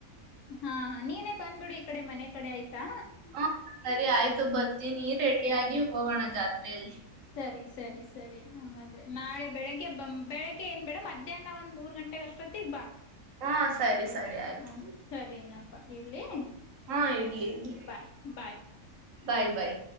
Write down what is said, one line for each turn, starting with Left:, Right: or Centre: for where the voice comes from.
Left: ಹಾ ನೀನೇ ಬಂದ್ಬಿಡು ಈ ಕಡೆ ಮನೆ ಕಡೆ ಆಯ್ ಟಾ
Right: ಹ ಸರಿ ಆಯ್ ಆಯ್ತು ಬತ್ತಿನಿ ರೆಡಿ ಆಗಿ ಹೋಗೋಣ. ಜಾತ್ರೇಲಿ
Left: ಸರಿ ಸರಿ ಸರಿ ಹಂಗಂದ್ರೆ ನಾಳೆ ಬೆಳಿಗ್ಗೆ ಬ ಬೆಳಿಗ್ಗೆ ಏನ್ ಬೇಡ ಮಧ್ಯಾಹ್ನ ಒಂದ್ ಮೂರ್ ಗಂಟೆ ಅಷ್ಟೊತ್ತಿಗ್ ಬಾ
Right: ಹ್ಮ್ ಸರಿ ಸರಿ ಆಯ್ತು.
Left: ಹ್ಮ ಸರಿನಪ್ಪಾ ಇಡ್ಲಿ
Right: ಹಾ ಇಡ್ಲಿ ಇಡ್ಲಿ
Left: ಬಾಯ್ ಬಾಯ್
Right: ಬಾಯ್ ಬಾಯ್.